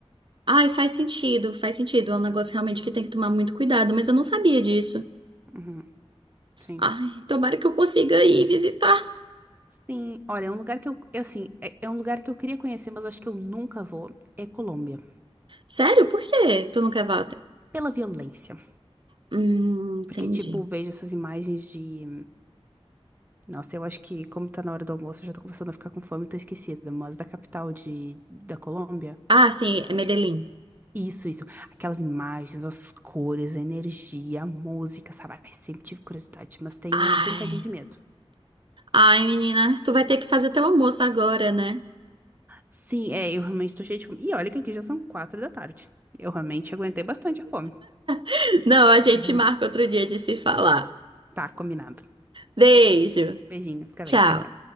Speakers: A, on the right (about 50°); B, on the right (about 15°).
A: Ai, faz sentido, faz sentido. É um negócio realmente que tem que tomar muito cuidado, mas eu não sabia disso.
B: Uhum, sim.
A: Ai, tomara que eu consiga ir visitar.
B: Sim, olha, é um lugar que eu, eu, assim, é, é um lugar que eu queria conhecer, mas acho que eu nunca vou, é Colômbia.
A: Sério? Por quê? Tu não quer volta?
B: Pela violência.
A: Hum, entendi.
B: Porque, tipo, vejo essas imagens de Nossa, eu acho que, como tá na hora do almoço, eu já tô começando a ficar com fome e tô esquecida, mas da capital de, da Colômbia.
A: Ah, sim, é Medellín.
B: Isso, isso. Aquelas imagens, as cores, a energia, a música, sabe? Ai, sempre tive curiosidade, mas tenho,
A: Ai.
B: tenho um bocadinho de medo.
A: Ai, menina, tu vai ter que fazer teu almoço agora, né?
B: Sim, é, eu realmente tô cheia de fome. E olha que aqui já são quatro da tarde. Eu realmente aguentei bastante a fome.
A: <laughs> Não, a gente
B: Uhum.
A: marca outro dia de se falar.
B: Tá, combinado.
A: Beijo.
B: Beijinho, fica
A: Tchau.
B: bem, tchau, tchau.